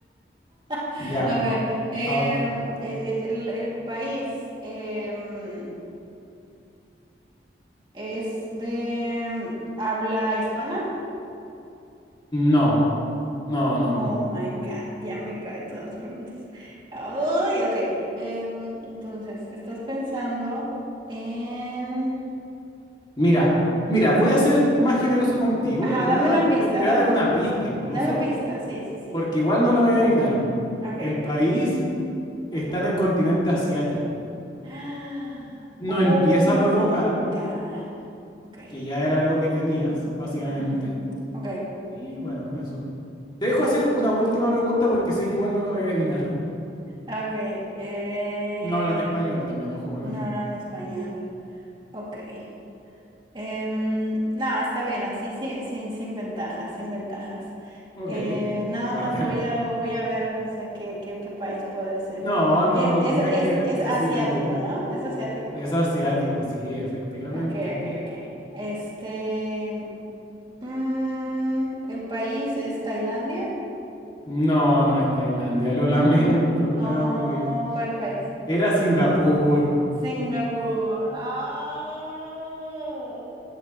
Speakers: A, on the right; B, on the left.
A: <laughs>
B: Ya.
A: A ver, em,
B: Ah, ah,
A: e- e- el, el país em, es de habla hispana.
B: no, no, no,
A: Oh
B: no, no.
A: my God, ya me cabe todas las preguntas. Ay, ok. em, entonces, estás pensando en...
B: Mira, mira, voy a ser más generoso contigo.
A: Ajá,
B: Te
A: dame
B: voy a dar
A: una pista,
B: un- te
A: dame,
B: voy a dar una pista incluso,
A: dame pista, sí, sí, sí.
B: porque igual no lo voy a adivinar.
A: Ok,
B: El
A: ok.
B: país
A: <laughs>
B: está en el continente asiático.
A: <gasps>
B: No
A: Oh
B: empieza
A: my
B: por vocal,
A: God. Okay.
B: que ya era algo que tenías, básicamente.
A: Ujú. Okay.
B: Y bueno, eso. Te dejo hacer una última pregunta porque sé que igual no lo voy a adivinar.
A: Okay. Eh,
B: Y no hablan español también, ojo con
A: no
B: eso.
A: hablan español. Okay. Em, no, está bien, así sin, sin, sin ventajas, sin ventajas.
B: Ok,
A: Eh, nada
B: aparte
A: más voy
B: de la...
A: a, voy a ver, o sea, qué, qué, qué país podré ser.
B: No, no,
A: Es,
B: no,
A: es,
B: tienes
A: es,
B: que
A: es
B: decírmelo.
A: asiático, ¿no? Es asiático.
B: Es asiático, sí, efectivamente.
A: Okay, okay, okay. Este, mm, el país es Tailandia.
B: No, no es Tailandia, lo lamento, Claudia.
A: Oh, ¿cuál país?
B: Era Singapur.
A: Singapur. Ah,